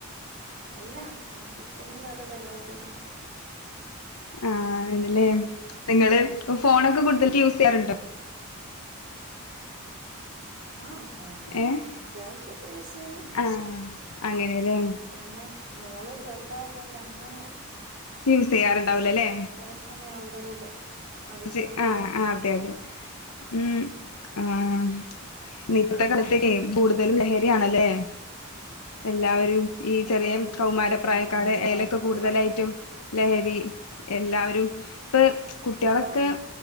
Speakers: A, on the right (about 45°); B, on the left (about 80°).
A: അല്ല ഞാൻ കിച്ചണിൽ ഓരോ പരിപാടിയാണ്
B: ആഹ് ആണ്ല്ലേ നിങ്ങള് ഫോണൊക്കെ കൂടുതല് യൂസ് ചെയ്യാറുണ്ടോ
A: ആ ഫോണ്
B: ഏഹ്
A: അത്യാവശ്യം ഒക്കെ യൂസ് ചെയ്യും
B: ആഹ് അങ്ങനെല്ലേ
A: പിന്നെ മോള് ചെറുതായാതോണ്ട് അങ്ങനെ
B: റ്റ് യൂസ് ചെയ്യാറുണ്ടാവില്ലോ അല്ലേ
A: കുറെേ സമയം അവളുടെ കൂടെ അവളുടെ
B: ജ്ജ്
A: കൂടെ
B: ആഹ
A: ആയിരിക്കും
B: ആ അതെ അതെ ഉം ആഹ് <unintelligible> കൂടുതലും ലഹരിയാണല്ലേ എല്ലാവരും ഈ ചെറിയ
A: ആഹ് അതെ
B: കൗമാരപ്രായക്കാരെ
A: ആഹ് ഓരോ
B: അയലൊക്കെ
A: വാർത്തകള്
B: കൂടുതലായിട്ടും ലഹരി എല്ലാവരും പ്പൊകുട്ട് കുട്ട്യാളൊക്കെ
A: ആഹ്